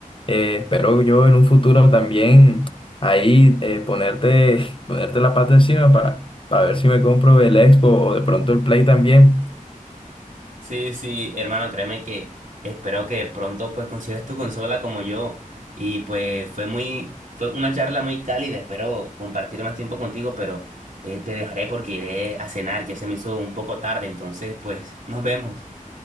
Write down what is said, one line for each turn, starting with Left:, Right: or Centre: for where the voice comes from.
Left: eh, espero yo en un futuro también ahí eh, ponerte, <laughs> ponerte la pata encima para ver si me compro el Expo o de pronto el Play también.
Right: Sí, sí, hermano, créeme que espero que pronto pues consigas tu consola como yo. Y pues fue muy, fue una charla muy cálida, espero compartir más tiempo contigo, pero eh, te dejaré porque iré a cenar, ya se me hizo un poco tarde, entonces pues nos vemos.